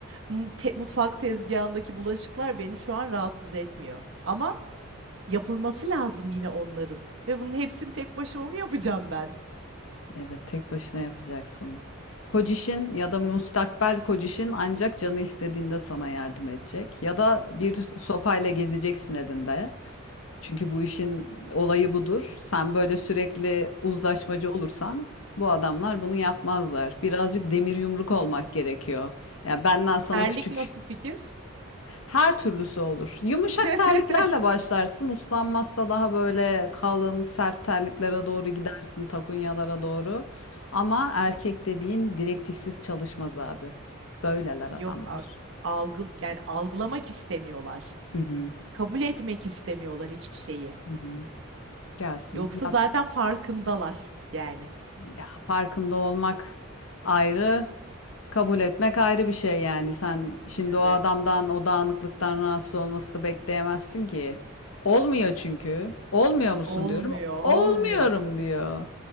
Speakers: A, on the right; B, on the left.
A: mu- te- mutfak tezgahındaki bulaşıklar beni şu an rahatsız etmiyor. Ama yapılması lazım yine onların. Ve bunun hepsini tek başıma mı yapacağım ben?
B: Evet, evet, tek başına yapacaksın. Kocişin ya da müstakbel kocişin ancak canı istediğinde sana yardım edecek. Ya da bir sopayla gezeceksin elinde. Çünkü bu işin olayı budur. Sen böyle sürekli uzlaşmacı olursan bu adamlar bunu yapmazlar. Birazcık demir yumruk olmak gerekiyor. Yani benden sana
A: Erlik
B: küçük
A: nasıl fikir?
B: Her türlüsü olur. Yumuşak
A: <laughs>
B: terliklerle başlarsın. Uslanmazsa daha böyle kalın, sert terliklere doğru gidersin, takunyalara doğru. Ama erkek dediğin direktifsiz çalışmaz abi. Böyleler adamlar.
A: Yok, al- algı yani algılamak istemiyorlar.
B: Hı hı,
A: Kabul etmek istemiyorlar hiçbir şeyi.
B: hı hı. Gelsin,
A: Yoksa
B: yatsın.
A: zaten farkındalar yani.
B: Ya farkında olmak ayrı, kabul etmek ayrı bir şey yani. Sen şimdi
A: Evet.
B: o adamdan, o dağınıklıktan rahatsız olmasını bekleyemezsin ki. Olmuyor çünkü. Olmuyor musun
A: Olmuyor,
B: diyorum. Olmuyorum
A: olmuyor.
B: diyor.